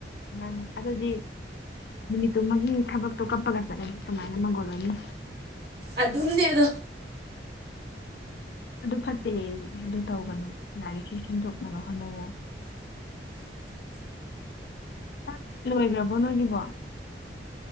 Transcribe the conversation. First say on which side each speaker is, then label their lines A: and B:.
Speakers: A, on the left; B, on the right.
A: ꯎꯝ ꯑꯗꯨꯗꯤ ꯅꯨꯃꯤꯠꯇꯨꯃꯒꯤ ꯊꯕꯛꯇꯣ ꯀꯞꯄꯒ ꯆꯠꯂꯗꯤ ꯀꯃꯥꯏꯅ ꯅ ꯃꯒꯣꯜ ꯑꯣꯏꯅꯤ
B: ꯑꯗꯨꯝꯅꯦ ꯑꯗꯣ
A: ꯑꯗꯨ ꯐꯠꯇꯦ ꯑꯗꯨ ꯇꯧꯒꯅꯨ ꯌꯥꯔꯤꯈꯩ ꯁꯦꯝꯗꯣꯛꯅꯕ ꯍꯣꯠꯅꯧ ꯑꯣ
B: <unintelligible>
A: ꯆꯥꯛ ꯂꯣꯏꯈ꯭ꯔꯕꯣ ꯅꯣꯏꯒꯤꯕꯣ